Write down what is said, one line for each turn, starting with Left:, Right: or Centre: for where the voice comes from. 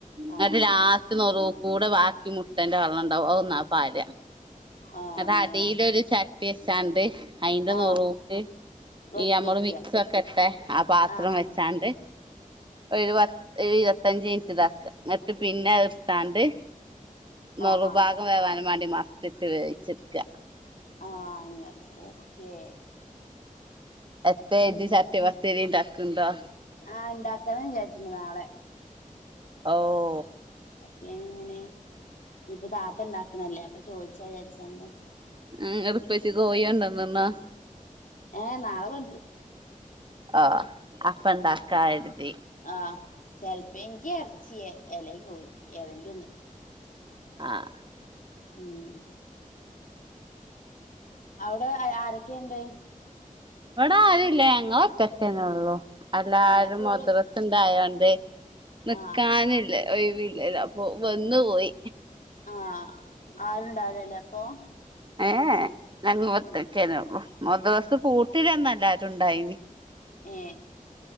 Left: ആഹ്
Right: ന്നട്ട് ലാ സ്റ്റ് നെറൂകൂടെ ബാക്കി മുട്ടന്റെ വെള്ളം ഉണ്ടാവും അതൊന്നാ പാര
Left: ആഹ്
Right: അത്
Left: അങ്ങനെ
Right: അടീലൊരു ചട്ടി വെച്ചാണ്ട് അയിന്റെ
Left: ആഹ്
Right: നെറൂക്ക്
Left: വെന്ത്
Right: ഈ നമ്മള്
Left: വെക്കുക
Right: മിക്സ് ഒക്കെ ഇട്ടെ ആ പാത്രം
Left: ആഹ് ആഹ്
Right: വെച്ചാണ്ട് ഒരു പത്ത് ഇരുപത്തഞ്ച് മിനിറ്റ് ഇതാക്ക എന്നിട്ട് പിന്നെ അത് ഇട്ത്താണ്ട് നെറു
Left: ആഹ് ആഹ്
Right: ഭാഗം വേവാനും വേണ്ടി മറിച്ചിട്ട് വേവിച്ചെടുക്ക
Left: ആഹ് അങ്ങനെ ഓക്കേ
Right: എത്തേ
Left: ഇണ്ട്
Right: ഇജ് ചട്ടിപത്തിരി ണ്ടാക്ക്ണ്ടോ
Left: ആഹ് ഇണ്ടാക്കണംന്ന് വിചാരിച്ചിണ്ട് നാളെ
Right: ഓഹ്
Left: അപ്പ ഞാനിങ്ങനെ ഇനിയിപ്പം താത്ത ഇണ്ടാക്കണല്ലേ അപ്പൊ ചോദിച്ചാ വിചാരിച്ചാണ്ട്
Right: ആഹ് ങ്ങട് ഇപ്പച്ചി കോയി കൊണ്ടോന്ന്ന്നാ
Left: ഏഹ് നാളെ കൊണ്ടൊരും
Right: ആഹ് അപ്പണ്ടാക്ക കരുതി
Left: ആഹ് ചിലപ്പങ്കി എറച്ചി എല്ലങ്കി കോയി ഏതെങ്കി ഒന്ന്
Right: ആഹ്
Left: ഉം അവിടെ ആരൊക്കെയുണ്ട്
Right: ഇവിടെ ആരോല്ല ഞങ്ങളൊറ്റക്കെന്നൊള്ളൂ എല്ലാരും
Left: ഏഹ് അപ്പോ
Right: മദ്ര
Left: ഓല്
Right: സണ്ടായോണ്ടേ നിക്കാന്
Left: ആഹ്
Right: ല്ലേ ഒഴിവില്ലല്ലോ അപ്പൊ വന്നു പോയി
Left: ആ ആഹ് ആരുണ്ടാവുലല്ലേ അപ്പൊ
Right: ഏ ഞാനുംംമൂത്തച്ച്യന്നെ
Left: ഉം
Right: ഉള്ളു മദ്രസ് പൂട്ടില്ലന്ന് എല്ലാരും ഉണ്ടായിന്
Left: ഏ